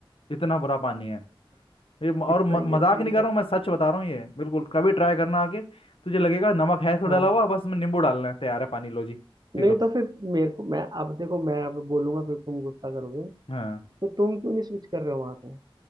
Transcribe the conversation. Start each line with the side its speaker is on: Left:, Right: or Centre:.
Left: इतना बुरा पानी है ये म- और
Right: <laughs> सही
Left: म,
Right: है
Left: मजाक
Right: सही
Left: नहीं
Right: है
Left: कर रहा हूँ मैं सच बता रहा हूँ ये बिल्कुल कभी ट्राई करना आके तुझे लगेगा नमक है तो
Right: हाँ
Left: डाला हुआ बस में नींबू डालना है तैयार है पानी लो जी पी
Right: नहीं
Left: लो
Right: तो फिर मेरे को मैं अब देखो मैं अब बोलूंगा फिर तुम गुस्सा करोगे
Left: हाँ
Right: तो तुम क्यों नहीं स्विच कर रहे हो वहां से